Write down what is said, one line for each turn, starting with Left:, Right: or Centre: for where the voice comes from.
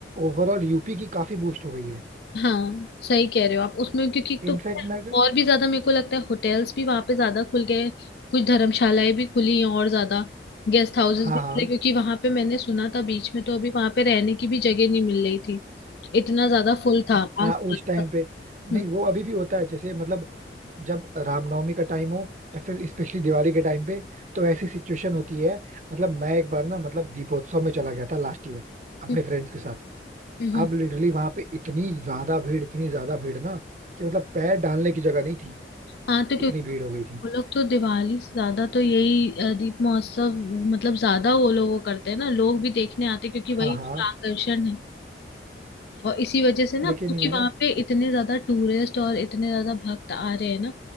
Right: ओवरऑल यूपी की काफी बूस्ट हो गई है
Left: हाँ सही कह रहे हो आप उसमें क्योंकि तो
Right: इनफैक्ट
Left: पता है,
Right: मैं
Left: और भी ज्यादा मेरे को लगता है होटल्स भी वहां पे ज्यादा खुल गए हैं। कुछ धर्मशालाएं भी खुली हैं और ज्यादा गेस्ट हाउसेस
Right: हाँ
Left: भी खुले
Right: हाँ
Left: क्योंकि वहां पे मैंने सुना था बीच में तो अभी वहां पे रहने की भी जगह नहीं मिल रही थी इतना ज्यादा फुल था
Right: हाँ हाँ,
Left: आज
Right: उस
Left: तक
Right: टाइम
Left: का
Right: पे नहीं
Left: हम्म
Right: वो अभी भी होता है जैसे मतलब जब रामनवमी का टाइम हो या फिर स्पेशली दिवाली के टाइम पे तो ऐसी सिचुएशन होती है मतलब मैं एक बार ना मतलब दीपोत्सव में चला गया था लास्ट ईयर अपने
Left: हम्म,
Right: फ्रेंड्स के साथ
Left: हम्म। हम्म।
Right: अब लिटरली वहां पे इतनी ज्यादा भीड़ इतनी ज्यादा भीड़ ना कि मतलब पैर डालने की जगह नहीं थी
Left: हाँ तो क्योंकि
Right: इतनी भीड़ हो गई थी
Left: वो लोग तो दिवाली से ज्यादा तो यही अ, दीप महोत्सव मतलब ज्यादा वो लोग वो करते हैं ना लोग भी देखने आते हैं क्योंकि
Right: हाँ
Left: वही
Right: हाँ
Left: उनका आकर्षण है और इसी वजह से ना
Right: लेकिन
Left: क्योंकि
Right: ये है
Left: वहां
Right: ना
Left: पे इतने ज्यादा टूरिस्ट और इतने ज्यादा भक्त आ रहे हैं ना